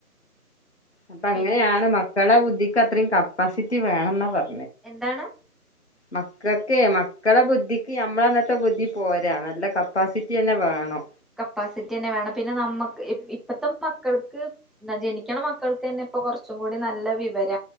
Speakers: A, on the left; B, in the centre.
A: അപ്പൊ അങ്ങനെയാണ്
B: പിന്നെ
A: മ മക്കളെ ബുദ്ധിക്ക് അത്രയും കപ്പാസിറ്റി വേണെന്ന പറഞ്ഞു
B: എന്താണ്
A: മക്കൾക്കെ മക്കള ബുദ്ധിക്ക് നമ്മള അന്നത്തെ ബുദ്ധി പോരാ നല്ല കപ്പാസിറ്റി തന്നെ വേണം
B: കപ്പാസിറ്റി തന്നെ വേണം പിന്നെ നമ്മക്ക് ഇപ്പത്തെ മക്കൾക്ക് ജനിക്കണ മക്കൾക്ക് തന്നെ ഇപ്പൊ കുറച്ചും കൂടി നല്ല വിവര